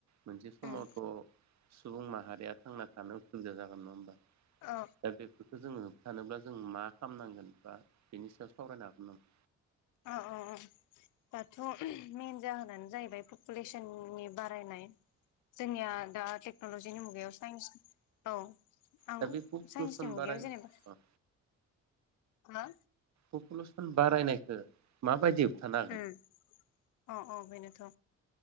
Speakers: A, on the right; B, on the left.
A: मोनसे समावथ'
B: उम
A: सुबुं माहारिया थांना थानो उसुबिदा जागोन नङा होमबा?
B: औ
A: दा बेफोरखो जोङो थानोब्ला जों मा खालामनांगोन बा बिनि सायाव सावरायनो हागोन नामा?
B: औ औ औ दाथ' <unintelligible> मेन जाहोनानो जाहैबाय पपुलेसननि बारायनाय जोंनिया दा टेक्न'लजिनि मुगायाव <unintelligible> औ। आं
A: दा बे पपुलेसन
B: साइन्सनि मुगायाव
A: बारायनाय
B: जेनेबा मा?
A: पपुलेसन बारायनायखो माबायदि होबथानो
B: उम अ अ बेनोथ'।